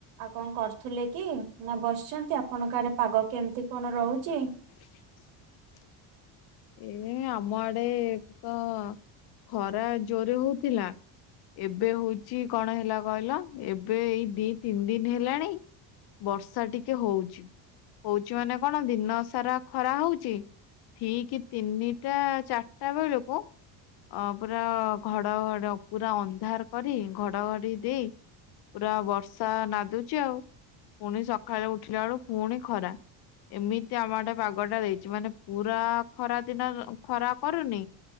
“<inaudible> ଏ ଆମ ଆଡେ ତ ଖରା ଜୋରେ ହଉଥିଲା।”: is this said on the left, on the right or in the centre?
Left